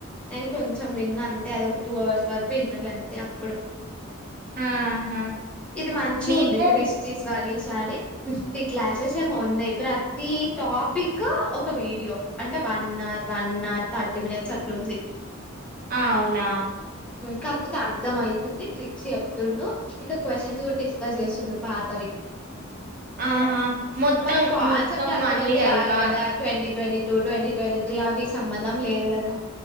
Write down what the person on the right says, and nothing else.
ఆహా!
మీతో
ఆ అవునా
ఆహా మొత్తం
మొత్తం
అన్ని కలిపా